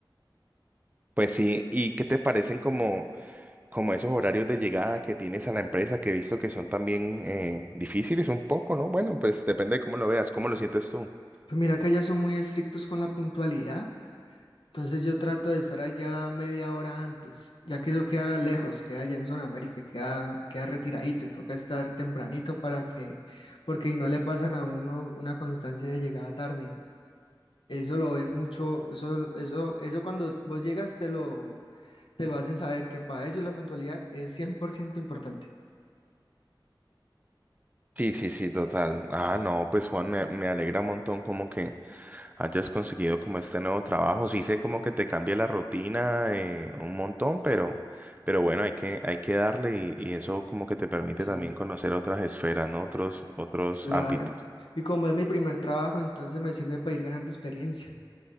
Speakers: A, on the right; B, on the left.
A: Pues sí, ¿y qué te parecen como... como esos horarios de llegada que tienes a la empresa, que he visto que son también eh, difíciles un poco, ¿no? Bueno, pues depende de cómo lo veas, cómo lo sientes tú.
B: Pues mira que allá son muy estrictos con la puntualidad. Entonces yo trato de estar allá media hora antes, ya que eso queda lejos, queda allá en zona América, queda, queda retiradito, toca estar tempranito para que, porque si no le pasan a uno una constancia de llegada tarde. Eso lo ven mucho, eso, eso, eso cuando vos llegas te lo, te lo hacen saber que para ellos la puntualidad es 100% importante.
A: Sí, sí, sí, total. Ah, no, pues Juan, me, me alegra un montón como que hayas conseguido como este nuevo trabajo. Sí sé como que te cambia la rutina eh, un montón, pero, pero bueno, hay que, hay que darle y, y eso como que te permite
B: Sí.
A: también conocer otras esferas, ¿no? Otros, otros
B: Claro.
A: ámbitos.
B: Y como es mi primer trabajo, entonces me sirve para ir ganando experiencia.